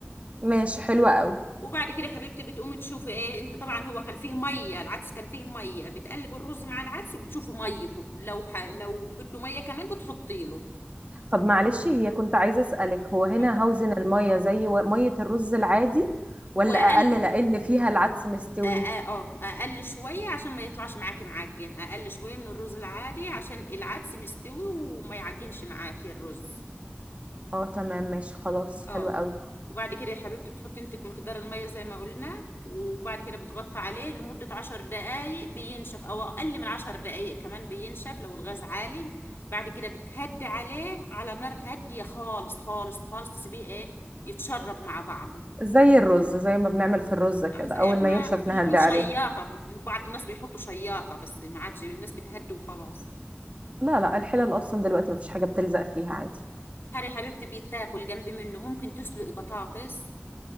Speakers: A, on the right; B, on the left.
A: ماشي حلوة قوي
B: وبعد كده يا حبيبتي بتقومي تشوفي ايه انت طبعا هو كان فيه ميه العدس كان فيه ميه بتقلب الرز مع العدس وبتشوفي ميته لو ح... لو بده ميه كمان بتحطي له
A: طب معلش هي كنت عايزة اسألك هو هنا
B: اتفضل
A: هوزن المية زي و- مية الرز العادي ولا
B: واقل
A: اقل لان فيها العدس مستوي
B: اه اه اقل شويه عشان ما يطلعش معاكي معجن اقل شويه من الرز العادي عشان العدس مستوي وما يعجنش معاكي الرز
A: اه تمام ماشي خلاص حلو
B: اه
A: قوي
B: وبعد كده يا حبيبتي بتحطي انت مقدار المية زي ما قلنا وبعد كده بتغطي عليه لمدة عشر دقايق بينشف او اقل من عشر دقايق كمان بينشف لو الغاز عالي بعد كده بتهدي عليه على نار هادية خالص خالص خالص تسيبيه ايه يتشرب مع بعضه
A: زي الرز زي ما بنعمل في الرز كده
B: آه، زي
A: اول
B: احنا
A: ما ينشف
B: بنقول
A: نهدي عليه
B: شياطة بعض الناس بيحطوا شياطة بس ما عادش الناس بتهدي وخلاص
A: لا لا الحلل اصلا دلوقتي مفيش حاجة بتلزق فيها عادي
B: هاري يا حبيبتي بيتاكل جنب منه ممكن تسلقي بطاطس